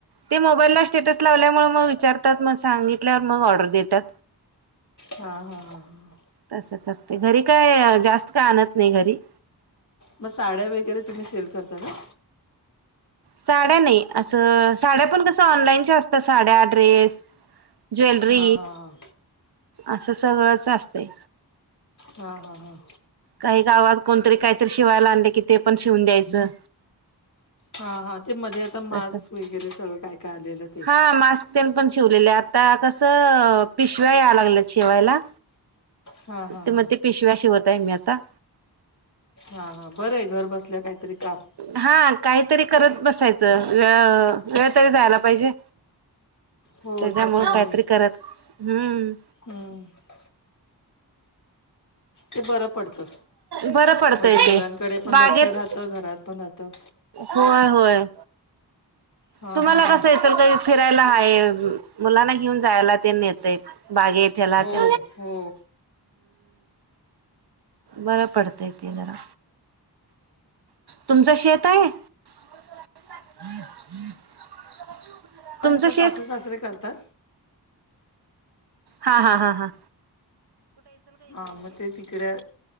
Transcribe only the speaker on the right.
ते मोबाईलला स्टेटस लावल्यामुळे मग विचारतात मग सांगितल्यावर मग ऑर्डर देतात.
तसं करते घरी काय जास्त का आणत नाही घरी.
साड्या नाही. असं, साड्या पण कसं ऑनलाईनच्या असतात. साड्या ड्रेस ज्वेलरी,
असं सगळंच असते.
काही गावात, कोणतरी, काहीतरी, शिवायला आणले, की ते पण शिवून द्यायचं.
तस
हा मास्क पण शिवलेले. आता कसं पिशव्या या लागलं शिवायला.
ते
मग, ते पिशव्या शिवत आहे. मी आता.
हा काहीतरी करत बसायचं, वेळ वेळ तरी जायला पाहिजे.
त्याच्यामुळे
काहीतरी करत, हम्म
बरं पडतंय
ते
बागेत
होय, होय,
तुम्हाला
कसं याचल का फिरायला हाय अजून, मुलांना घेऊन जायला ते येतय बागेत. त्याला
ते
बरं पडतं आहे, ते जरा तुमचं शेत आहे. <inaudible>
शेत
हा हा हा हां